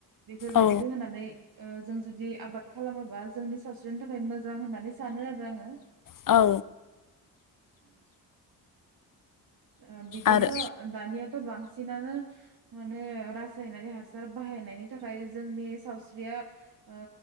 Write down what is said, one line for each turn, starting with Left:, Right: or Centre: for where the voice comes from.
Right: बेफोरबायदिखौ
Left: औ
Right: होनानै ओ जों जुदि आबाद खालामोबा जोंनि सावस्रिनि थाखाय मोजां होननानै सानो आरो आङो
Left: औ
Right: उम ओ बिदिनोथ'
Left: आरो
Right: दानियाथ' बांसिनानो माने रासायनारि हासार बाहायनायनि थाखाय जोंनि सावस्रिया ओ